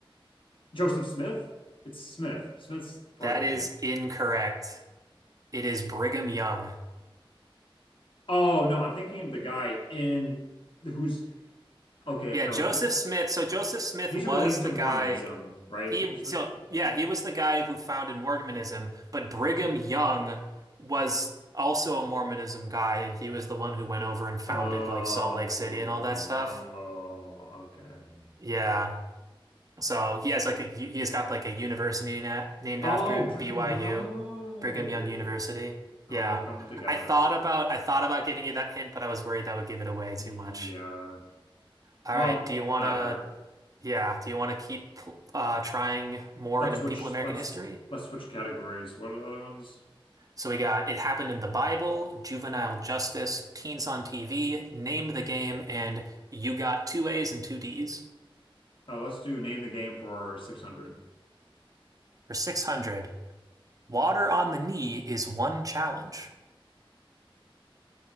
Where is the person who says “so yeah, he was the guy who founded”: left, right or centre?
Right